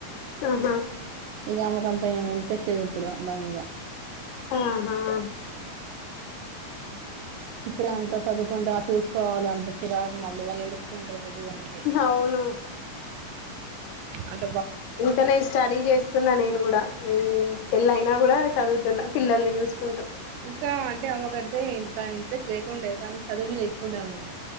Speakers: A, on the left; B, on the right.
A: ఆహా
B: ఇగామెకు అంత ఏ ఇంట్రెస్ట్ లేదు ఇప్పుడు దాని మీదా.
A: ఆహా
B: ఇప్పుడే అంత చదువుకుంటే చూసుకోవాలి అంత చిరాకు మళ్ళీ వాళ్ళు ఏడుస్తూ ఉంటరు పొద్దుగాల్నే.
A: అవును
B: అద్
A: ఇంకా నేను స్టడీ చేస్తున్న నేను కూడా, ఈ పెళ్ళ అయినా కూడా చదువుతున్నా. పిల్లల్ని చూసుకుంటూ.
B: ఇంకా అంటే అమ్మకంటే ఇంత ఇంట్రెస్ట్ లేకుండే కానీ చదువు మీద ఎక్కువ ఉండే ఆమెకీ.